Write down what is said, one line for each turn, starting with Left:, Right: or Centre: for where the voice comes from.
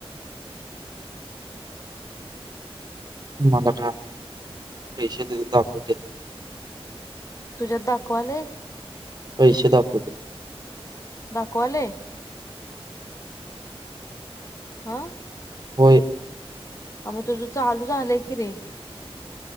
Right: मला का पैशे तिथे दाखवत्यात.
Left: तुझ्यात दाखवाले.
Right: पैसे दाखवतात.
Left: दाखवायले हा
Right: होय
Left: अ मग तुझं चालू झालंय की रे.